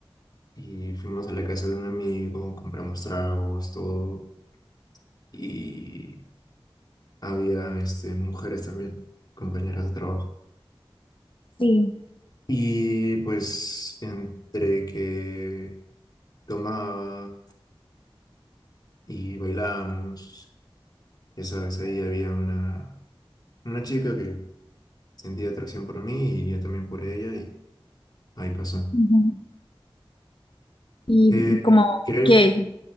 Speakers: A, on the left (about 45°); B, on the left (about 60°).
A: Y fuimos a la casa de un amigo, compramos tragos, todo. Y había este, mujeres también, compañeras de trabajo.
B: sí.
A: Y pues entre que tomaba y bailábamos, esa vez ahí había una, una chica que sentía atracción por mí y yo también por ella y ahí pasó.
B: ujú. Y
A: Eh,
B: como
A: creo,
B: que